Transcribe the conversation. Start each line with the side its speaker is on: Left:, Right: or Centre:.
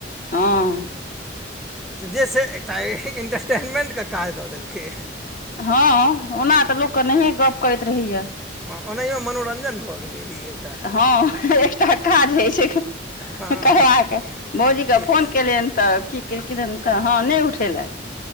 Left: हँ
Centre: जेसै एकटा इन्टरटेनमेंटके काज दऽ देलकै।
Left: हँ ओना तऽ लोकक नहिये गप करैत रहैया
Centre: हँ ओनहियो मनोरंजन भऽ गेलै ही ए
Left: हँ एकटा काज होइ छै।
Centre: हँ
Left: करया के भौजी के
Centre: ई
Left: फोन
Centre: छै
Left: केलियन‌। तऽ की केलखिन तऽ हँ नइ उठेलथ।